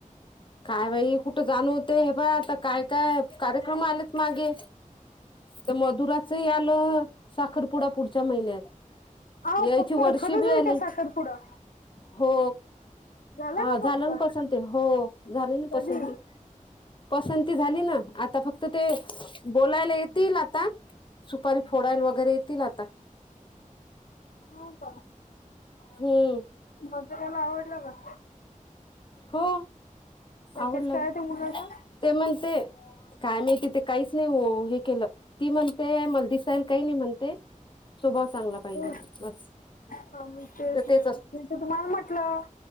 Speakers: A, on the left; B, on the left.
A: काय बाई कुठं जाण होतंय? हे पहा. आता काय - काय कार्यक्रम आलेत मागे. ते मधुराच हे आलं साखरपुडा पुढच्या महिन्यात.
B: हा
A: याची
B: पक्क
A: वर्षी
B: खरंच
A: बी
B: आहे
A: आली.
B: का साखरपुडा
A: हो
B: झाला
A: हा
B: का
A: झालं
B: पक्क
A: ना पसंत ते? हो झाली ना
B: कधी?
A: पसंती? पसंती झाली ना. आता फक्त ते बोलायला येतील आता. सुपारी फोडायला वगैरे येतील आता.
B: हाव का?
A: हम्म.
B: मधुरेला आवडलं का?
A: हो.
B: पॅकेज
A: आवडलं
B: काय आहे
A: ना.
B: त्या मुलाचं?
A: ते म्हणते काय माहिती ते काहीच नाही हे केलं ती म्हणते मला दिसायला काही नाही म्हणते. स्वभाव चांगला. पाहिजे
B: हो
A: बस
B: हा मग तेच
A: तिचं
B: ना मी
A: असत
B: तर तुम्हाला म्हटलं.